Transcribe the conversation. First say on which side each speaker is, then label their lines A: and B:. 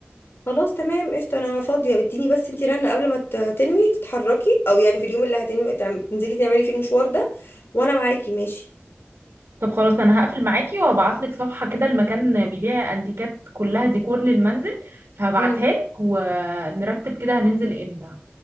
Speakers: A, on the left; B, on the right.
A: خلاص تمام قشطة انا فاضية اديني بس انتي رنة قبل ما ت- تنوي تتحركي او يعني في اليوم اللي هتنوي تعم- تنزلي تعملي فيه المشوار ده وانا معاكي ماشي
B: طب خلاص انا هقفل معاكي وهبعتلك صفحة كده المكان بيبيع انتيكات كلها ديكور للمنزل فهبعتها
A: امم
B: لك ونرتب كده هننزل امتى